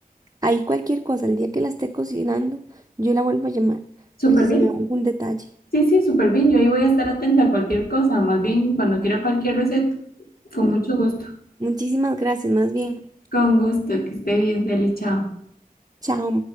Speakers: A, on the right (about 25°); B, on the left (about 75°).
A: Ahí cualquier cosa, el día que la esté cocinando, yo la vuelvo a llamar,
B: Súper
A: por si
B: bien.
A: se me va algún detalle.
B: Sí, sí, súper bien. Yo ahí voy a estar atenta a cualquier cosa. Más bien, cuando quiera cualquier receta, con
A: Mm.
B: mucho gusto.
A: Muchísimas gracias, más bien.
B: Con gusto, que esté bien, Cele, chao.
A: Chao.